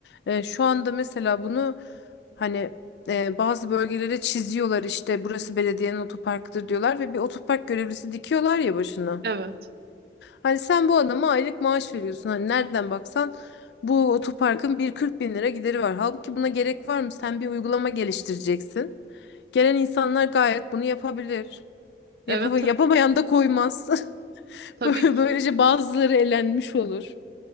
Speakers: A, on the left (about 75°); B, on the right (about 55°).
A: Ee, şu anda mesela bunu hani e, bazı bölgelere çiziyorlar işte burası belediyenin otoparkıdır diyorlar ve bir otopark görevlisi dikiyorlar ya başına.
B: Evet.
A: Hani sen bu adama aylık maaş veriyorsun hani nereden baksan bu otoparkın bir 40 bin lira gideri var. Halbuki buna gerek var mı? Sen bir uygulama geliştireceksin. Gelen insanlar gayet bunu yapabilir. Yapa-
B: Evet tabii,
A: yapamayan da koymaz. <laughs>
B: tabii
A: <laughs> Böylece
B: ki.
A: bazıları elenmiş olur.